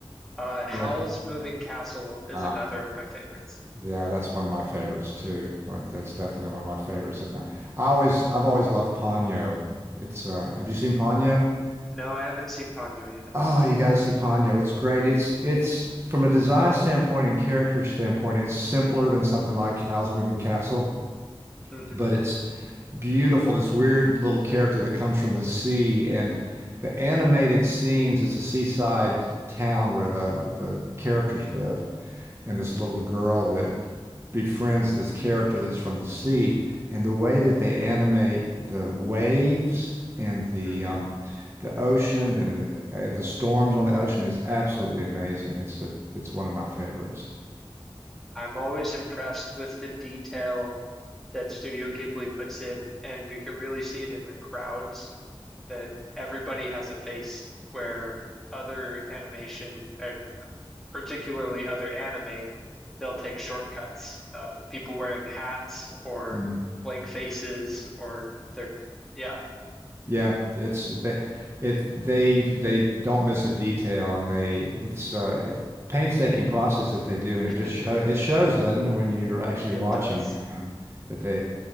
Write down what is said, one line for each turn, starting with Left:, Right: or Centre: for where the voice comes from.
Centre: Uh, Howl's
Right: Yeah.
Centre: Moving Castle is
Right: Uh
Centre: another of my favorites.
Right: yeah, that's one of my favorites too. But that's definitely one of my favorites. And I always I've always loved Ponyo. It's uh have you seen Ponyo?
Centre: No, I haven't seen Ponyo yet.
Right: Oh, you got to see Ponyo. It's great. It's it's from a design standpoint and character standpoint, it's simpler than something like Howl's Moving Castle,
Centre: hmm
Right: but it's beautiful, this weird little character that comes from the sea. And the animated scenes, it's a seaside town where the, the characters live, and this little girl that befriends this character that's from the sea. And the way that they animate the waves and the
Centre: hmm
Right: um, the ocean and the, and the storms on the ocean is absolutely amazing. It's a, it's one of my favorites.
Centre: I'm always impressed with the detail that Studio Ghibli puts in, and you can really see it in the crowds that everybody has a face where other animation, uh, particularly other anime, they'll take shortcuts. Uh, people wearing hats or
Right: Mhm.
Centre: blank faces or they're, yeah,
Right: Yeah, it's they, it they they don't miss a detail, and they it's uh it's painstaking process that they do, and
Centre: <laughs>
Right: it just show it shows, doesn't it, when you're actually
Centre: it
Right: watching,
Centre: does.
Right: you know, that they